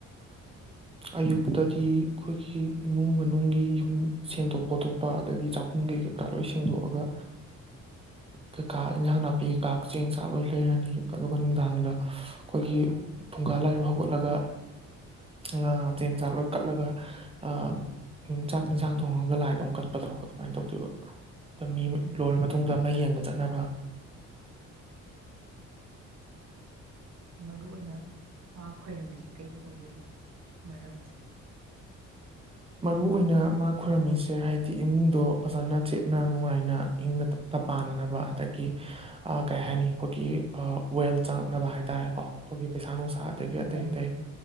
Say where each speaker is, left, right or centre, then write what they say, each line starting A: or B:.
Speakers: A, on the right; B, on the right.
A: ꯑꯌꯨꯛꯇꯗꯤ ꯑꯩꯈꯣꯏꯒꯤ ꯏꯃꯨꯡ ꯃꯅꯨꯡꯒꯤ ꯌꯨꯝ ꯁꯦꯡꯗꯣꯛ ꯈꯣꯠꯇꯣꯛꯄ ꯑꯗꯒꯤ ꯆꯥꯛꯈꯨꯝꯒꯤ ꯀꯩꯀꯥ ꯂꯣꯏ ꯁꯦꯡꯗꯣꯛꯑꯒ ꯀꯩꯀꯥ ꯏꯟꯖꯥꯡ ꯅꯥꯄꯤ ꯀꯩꯀꯥ ꯆꯦꯡ ꯆꯥꯛ ꯂꯣꯏ ꯂꯩꯔꯅꯤ ꯑꯗꯨꯒ ꯅꯨꯡꯗꯥꯡꯗ ꯑꯩꯈꯣꯏꯒꯤ ꯐꯨꯡꯒꯥ ꯂꯥꯏꯔꯨ ꯍꯧꯒꯠꯂꯒ ꯉꯥ ꯆꯦꯡꯖꯥꯛ ꯂꯣꯏ ꯀꯠꯂꯒ ꯑꯥ ꯎ ꯆꯥꯛ ꯏꯟꯁꯥꯡ ꯊꯣꯡꯉꯒ ꯂꯥꯏꯗ ꯑꯃꯛ ꯀꯠꯄꯗꯣ ꯑꯗꯨꯃꯥꯏꯅ ꯇꯧꯗꯣꯏꯕ ꯇ ꯃꯤ
B: ꯎꯝ
A: ꯂꯣꯏꯔꯕ ꯃꯇꯨꯡꯗ ꯃꯩ ꯌꯦꯡꯕ ꯆꯠꯅꯕ
B: ꯃꯔꯨꯏ ꯑꯣꯏꯅ ꯃꯥ ꯈꯣꯏꯔꯝꯃꯤꯁꯦ ꯀꯩꯒꯤ ꯑꯣꯏꯗꯣꯏꯅꯣ ꯃꯔꯝꯁꯦ
A: ꯃꯔꯨꯏꯅ ꯃꯥ ꯈꯣꯏꯔꯝꯃꯤꯁꯦ ꯍꯥꯏꯗꯤ ꯏꯃꯨꯡꯗꯣ ꯐꯖꯅ ꯆꯦꯠꯅ ꯅꯨꯡꯉꯥꯏꯅ ꯏꯪꯅ ꯇꯞ-ꯄꯥꯟꯅꯅꯕ ꯑꯗꯒꯤ ꯑꯥ ꯀꯩ ꯍꯥꯏꯅꯤ ꯑꯈꯣꯏꯒꯤ ꯑꯥ ꯋꯦꯜ꯭ꯇ ꯆꯪꯉꯛꯅꯕ ꯍꯥꯏ ꯇꯥꯔꯦꯀꯣ ꯑꯩꯈꯣꯏꯒꯤ ꯄꯩꯁꯥ ꯅꯨꯡꯁꯥ ꯑꯗꯒꯤ ꯑꯇꯩ
B: ꯂꯟ
A: ꯑꯇꯩ